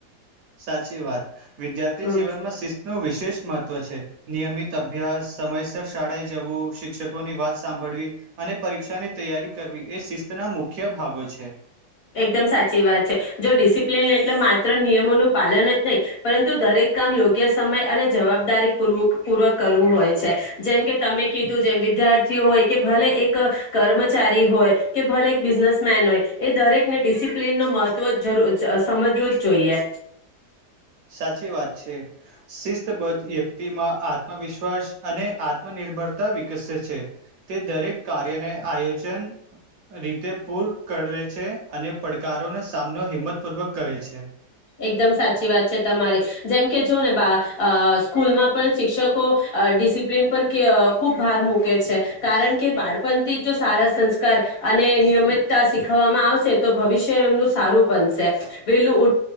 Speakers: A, on the right; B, on the left.
A: સાચી વાત વિદ્યાર્થી
B: હમ
A: જીવનમાં શિસ્ત નો વિષય શેષ મહત્વ છે. નિયમિત અભ્યાસ, સમયસર શાળાએ જવું, શિક્ષકોની વાત સાંભળવી, અને પરીક્ષાની તૈયારી કરવી, એ શિસ્તના મુખ્ય ભાગો છે.
B: એકદમ સાચી વાત છે. જો ડિસિપ્લિન એટલે માત્ર નિયમોનું પાલન જ નહીં, પરંતુ દરેક કામ યોગ્ય સમય અને જવાબદારી પૂરવું પૂર્વક કરવું હોય છે. જેમ કે તમે કીધું જેમ વિદ્યાર્થીઓ હોય કે, ભલે એક કર્મચારી હોય કે, ભલે એક બિઝનેસમેન હોય એ દરેક ને ડિસિપ્લિન નુ મહત્વ જરૂ સમજવું જ જોઈએ
A: સાચી વાત છે. શિસ્તબદ્ધ વ્યક્તિમાં આત્મવિશ્વાસ અને આત્મનિર્ભરતા વિકસે છે. તે દરેક કાર્યને આયોજન રીતે પૂર કરવે છે અને પડકારોનો સામનો હિંમત પૂર્વક કરે છે.
B: એકદમ સાચી વાત છે. તમારી જેમ કે જો ને બા અ સ્કૂલમાં પણ શિક્ષકો અ ડિસિપ્લિન પર કે ખુબ ભાર મૂકે છે. કારણ કે બાળપણથી જ જો સારા સંસ્કાર અને નિયમિતતા શીખવામાં આવશે તો ભવિષ્ય એમનું સારું બનશે. વેલું હુ